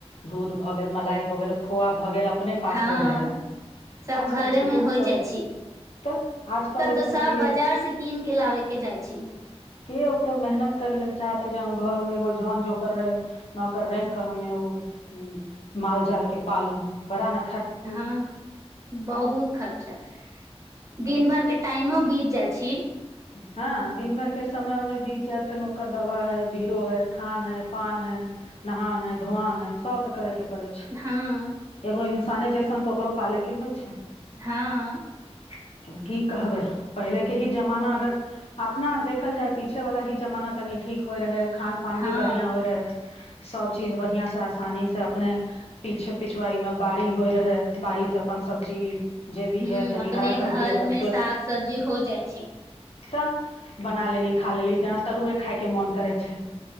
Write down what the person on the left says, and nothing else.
दूध भ गेल मलाई भ गेल खोआ भ गेल अपने पास
हो जाइ हइ
आजकल
के
उ
सब
तऽ आजकल ओइ
सब के
के ओत्ते मेहनत केरैलेल चाहतै जे हम घर मे एगो जौन जोकर रहै नौकर रखि क हमे उ हूँ माल-जाल के पालू बड़ा न
बड
हाँ दिन भर के समय मे ओमे बीत जायत फेर ओकर दवाई हइ बिरो हइ खान हइ पान हइ नहान हइ धोआन हइ सब त करै के परै छै
एगो इन- -सान जैसन तऽ ओकरो पालै के होइ छै
<unintelligible> की कहबै हम पहिले के ही जमाना अगर अपना आर देखल जाइ पीछे वला ही जमाना तनिक ठीक होइ रहै खान पान
भी बढ़ियाँ होइ रहै सब चीज बढ़ियाँ से आसनी से अपने पीछ पीछवाड़ी मे बारि होइ रहै बारि से अपन सब्जी जे भी
है तनि
हरा
सब्जी अपन
त बना लेली खा लेली जना तरुआ खाइ क मोन करै छै